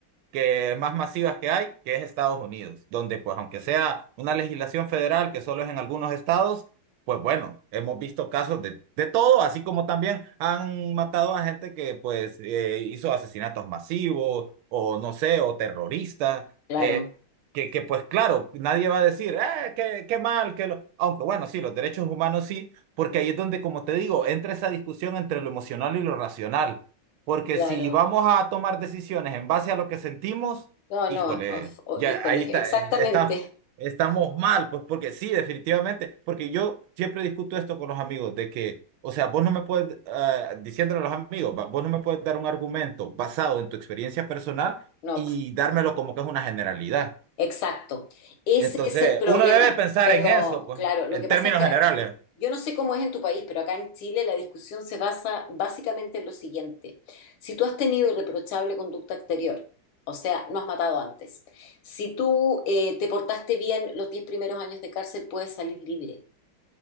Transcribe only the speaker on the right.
que más masivas que hay, que es Estados Unidos, donde pues aunque sea una legislación federal que solo es en algunos estados, pues bueno, hemos visto casos de, de todo, así como también han matado a gente que pues eh, hizo asesinatos masivos o no sé, o terroristas,
eh, que, que pues claro, nadie va a decir, eh, qué, qué mal, que lo... aunque bueno, sí, los derechos humanos sí, porque ahí es donde, como te digo, entra esa discusión entre lo emocional y lo racional porque
si vamos a tomar decisiones en base a lo que sentimos,
híjole,
ya
ahí
está,
eh, está, estamos mal, pues porque sí, definitivamente, porque yo siempre discuto esto con los amigos, de que, o sea, vos no me puedes, ah, diciéndole a los amigos, va, vos no me puedes dar un argumento basado en tu experiencia personal
y dármelo como que es una generalidad.
Entonces,
uno debe pensar
en eso, pues,
en
términos
generales.